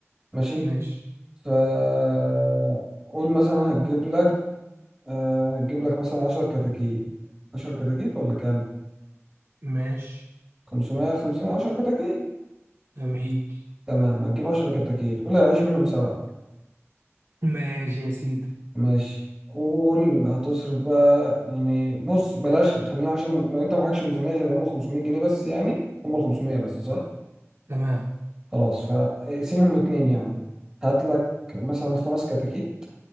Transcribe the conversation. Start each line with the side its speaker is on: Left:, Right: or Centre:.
Centre: ماشي
Right: ماشي
Centre: فقول مثلا هتجيب لك آه، هتجيب لك مثلا 10 كتاكيت 10 كتاكيت ولا كام؟
Right: ماشي
Centre: 550 10 كتاكيت
Right: جميل
Centre: تمام هتجيب 10 كتاكيت قول هيعيش منهم سبعة
Right: ماشي يا سيدي
Centre: ماشي قول هتصرف بقى يعني بص بلاش خلينا عشان لو انت معكش ميزانية غير هم 500 جنيه بس يعني هم 500 بس صح؟
Right: تمام
Centre: خلاص فاقسمهم اتنين يعني هات لك مثلا خمس كتاكيت